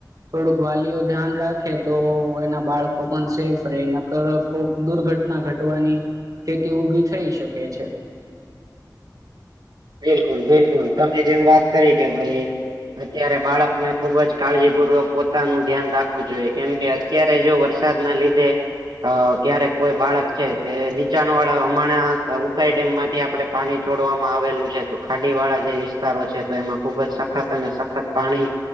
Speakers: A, on the right; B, on the right.
A: થોડુંક વાલીઓ ધ્યાન રાખે તો એના બાળક કો પણ સેફ રે નકર કોક દુર્ઘટના ઘટવાની સ્થિતિ ઊભી થઇ શકે છે
B: બિલકુલ બિલકુલ તમે જેમ વાત કરી કે ભઈ અત્યારે બાળકને ખુબ જ કાળજીપૂર્વક પોતાનું ધ્યાન રાખવું જોઈએ કેમકે અત્યારે જો વરસાદ ના લીધે અ ક્યારેક કોઈ બાળક છે તે નીચાણ વાળા હમાણા ઉકાઈ ડેમ માંથી આપડે પાણી છોડવામાં આવેલું છ છે તો ખાડી વાળા જે વિસ્તારો છે તો એમાં ખુબ જ સખત અને સખત પાણી